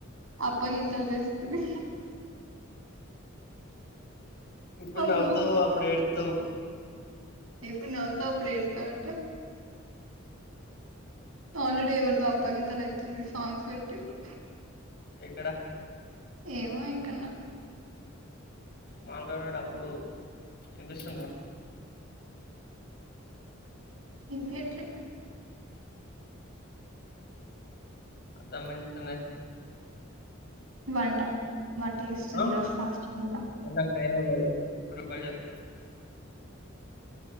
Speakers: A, on the right (about 85°); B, on the left (about 55°).
A: అప్పగింతలు జేస్తిమి
B: ఇప్పుడు
A: అమ్మో
B: నవ్వుతూ అప్పుడు ఏడు తూ
A: ఎప్పుడు నవ్వుతావ్ ఎప్పుడు ఎడుత్తావ్ ఎటో ఆల్రెడీ ఎవరిదో అప్పగింతలైతుంది సాంగ్స్ పెట్టిర్రు
B: ఎక్కడ
A: ఏమో ఎక్కన్నో
B: మాటాడేడప్పుడు ఇన్పిస్తుందా
A: ఇన్పియ్యట్లే
B: అంతా మెన్సనే
A: వంట వంట జేస్తుంది
B: ఆ!
A: ఈరోజు ఫాస్టింగ్ గదా
B: నాకు టైం ఉండదు ప్రిపేర్ జేస్తారు